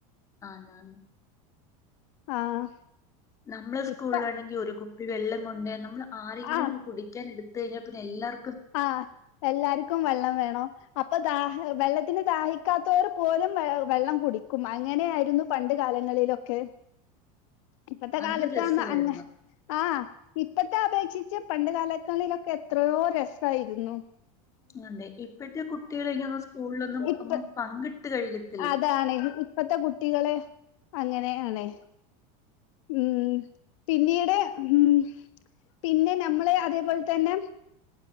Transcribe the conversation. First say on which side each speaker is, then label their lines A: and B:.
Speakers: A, on the left (about 15°); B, on the left (about 55°).
A: ആണ്.
B: ആ.
A: നമ്മൾ സ്കൂളിലാണെങ്കിൽ
B: ഇപ്പ
A: ഒരു കുപ്പി വെള്ളം കൊണ്ട നമ്മൾ ആരെങ്കിലും
B: ആ
A: ഒന്ന് കുടിക്കാൻ എടു ത്തുകഴിഞ്ഞൽ പിന്നെല്ലാർ
B: ആ, എല്ലാർക്കും വെള്ളം വെണോ? അപ്പോ, ദാ വെള്ളത്തിന് ദാഹിക്കാത്തവർ പോലും വെള്ളം കുടിക്കും. അങ്ങനെയായിരുന്നു. പണ്ട് കാലങ്ങളിലൊക്കെ
A: <inaudible>
B: ഇപ്പത്തെ
A: അത്
B: കാലത്ത്
A: രസായിരുന്നു.
B: ന്നാ അങ് ആ, ഇപ്പത്തെ അപേക്ഷിച്ച് പണ്ട് കാലങ്ങളിലൊക്കെ എത്രയോ രസ രസയിരുന്നു.
A: അതെ, ഇപ്പോഴത്തെ കുട്ടികൾ എനിക്കു തോന്നുന്നു ഒന്ന് സ്കൂളിൽഒ ന്നും
B: ഇപ്പ
A: ഒന്നും പങ്കിട്ട്. കൈകാക്കത്തില്ല.
B: അതാണ് ഇപ്പത്തെ കുട്ടികൾ അങ്ങനെയയാണ്. - ഉം. പിന്നിട്, ഉം. പിന്നെ ഞ്ഞമ്മൾ അതേപോലെ തന്നെ